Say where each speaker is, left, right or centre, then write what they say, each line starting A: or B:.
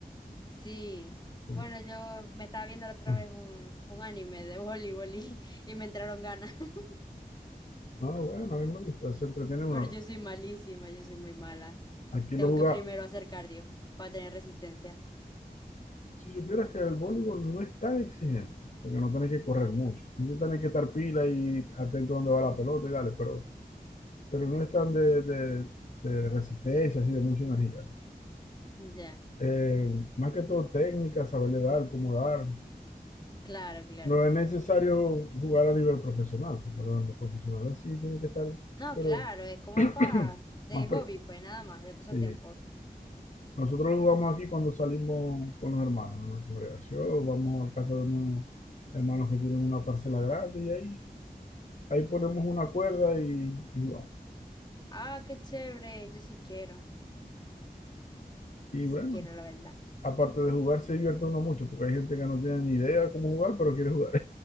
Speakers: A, on the left (about 25°); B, on the left (about 50°).
A: Sí,
B: Sí.
A: bueno, yo me estaba viendo la
B: <clears throat>
A: otra vez un, un anime de voleibol y, <laughs> y me entraron ganas, <laughs>
B: No, bueno, a mí me gusta, se entretiene uno.
A: pero yo soy malísima, yo soy muy mala.
B: Aquí
A: Tengo
B: lo jugaba,
A: que primero hacer cardio para tener resistencia.
B: Si supieras que el voleibol no es tan exigente, porque no tienes que correr mucho. Sí, yo tenés que estar pila y atento a dónde va la pelota y dale, pero, pero no es tan de, de- de resistencia, así de mucha energía.
A: Ya,
B: Eh, más que todo técnica, saberle dar, cómo dar.
A: claro, claro.
B: No es necesario jugar a nivel profesional, porque los los profesionales sí tienen que estar,
A: No,
B: pero
A: claro, es como
B: <clears throat>
A: pa de
B: más,
A: hobby,
B: pre-
A: pues nada más, de pasatiempo.
B: sí, Nosotros lo jugamos aquí cuando salimos con los hermanos, en la congregación, vamos a casa de unos hermanos que tienen una parcela grande y ahí, ahí ponemos una cuerda y, y jugamos.
A: Ah, qué chévere, yo sí quiero,
B: Y
A: sí
B: bueno,
A: quiero, la verdad.
B: aparte de jugar se divierte uno mucho, porque hay gente que no tiene ni idea cómo jugar, pero quiere jugar.